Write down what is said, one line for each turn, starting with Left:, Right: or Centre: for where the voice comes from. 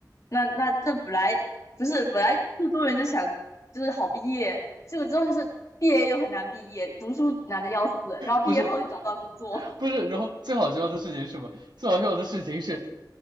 Left: 那那这不是本来苏中人就想就是好毕业，这个之后就是毕业又很难毕业，读书难的要死，然后毕业后又找不到工作，
Right: 不是 <laughs> 不是，然后最好笑的事情是什么？最好笑的事情是